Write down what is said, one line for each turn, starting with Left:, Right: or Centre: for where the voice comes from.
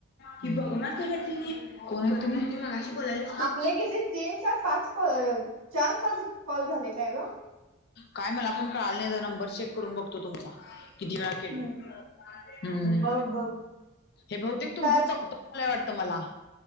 Left: की बघणार त्याला तिने, कोणाला <unintelligible> मघाशी बोलायला.
Right: आपले किती‌ तीन का पाच कॉल चार कॉल, कॉल झाले काय गं.
Left: काय मला पण कळालं नाही, जरा नंबर चेक करून बघतो तुमचा. किती वेळा केलोय,
Right: हम्म
Left: हम्म
Right: बघ बघ
Left: हे बहुतेक तुमचं
Right: काय
Left: <unintelligible> मला.